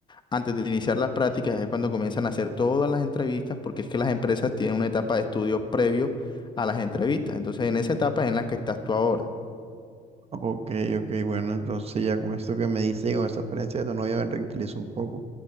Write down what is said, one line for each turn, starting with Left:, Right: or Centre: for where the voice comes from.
Left: antes de iniciar las prácticas, es cuando comienzan a hacer todas las entrevistas porque es que las empresas tienen una etapa de estudio previo a las entrevistas. Entonces, en esa etapa es en la que estás tú ahora.
Right: Ok, ok, bueno, entonces ya con esto que me dice, y con esta experiencia de tu novia me tranquilizo un poco.